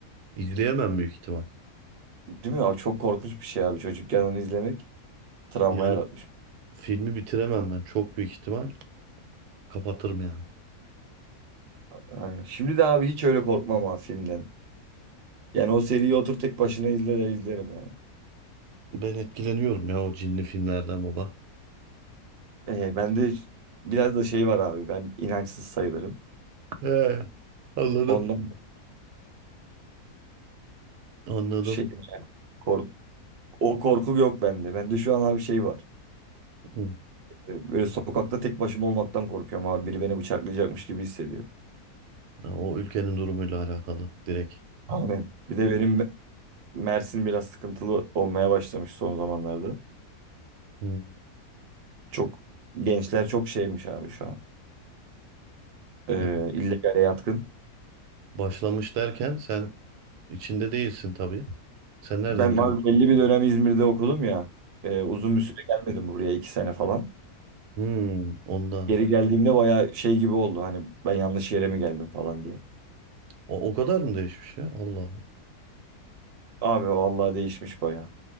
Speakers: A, on the right; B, on the right.
A: İzleyemem büyük ihtimal.
B: Değil mi abi? Çok korkunç bir şey abi. Çocukken onu izlemek travma
A: Yani
B: yaratmış.
A: filmi bitiremem ben. Çok büyük ihtimal kapatırım yani.
B: Aynen. Şimdi de abi hiç öyle korkmam abi filmden. Yani o seriyi otur tek başına izle de izlerim yani.
A: Ben etkileniyorum ya o cinli filmlerden baba.
B: Ee, ben de biraz da şey var abi. Ben inançsız sayılırım.
A: He. Anladım.
B: Ondan
A: Anladım.
B: şey kork o korku yok bende. Bende şu an abi şey var.
A: Hı.
B: Ee, Böyle sokakta tek başıma olmaktan korkuyorum abi. Biri beni bıçaklayacakmış gibi hissediyorum.
A: Ya o ülkenin durumuyla alakalı direkt.
B: Aynen. Bir de benim Mersin biraz sıkıntılı olmaya başlamış son zamanlarda.
A: Hı.
B: Çok gençler çok şeymiş abi şu an. Ee,
A: Ya
B: illegale yatkın.
A: Başlamış derken sen içinde değilsin tabii. Sen nereden
B: Ben
A: duydun?
B: abi belli bir dönem İzmir'de okudum ya. Ee, uzun bir süre gelmedim buraya iki sene falan.
A: Hmm, ondan.
B: Geri geldiğimde baya şey gibi oldu. Hani ben yanlış yere mi geldim falan diye.
A: O, o kadar mı değişmiş ya? Allah Allah.
B: Abi vallahi değişmiş baya.